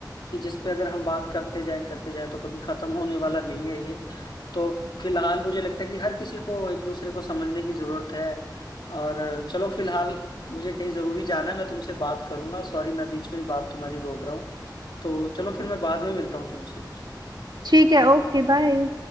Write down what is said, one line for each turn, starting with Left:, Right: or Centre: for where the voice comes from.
Left: कि जिस पे अगर हम बात करते जाएं करते जाएं तो कभी खत्म होने वाला नहीं है ये तो फिलहाल मुझे लगता है कि हर किसी को एक दूसरे को समझने की जरूरत है और चलो फिलहाल मुझे कहीं जरूरी जाना है मैं तुमसे बात करूंगा सॉरी मैं बीच में ही बात तुम्हारी रोक रहा हूँ तो चलो फिर मैं बाद में मिलता हूँ तुमसे
Right: ठीक है ओके बाय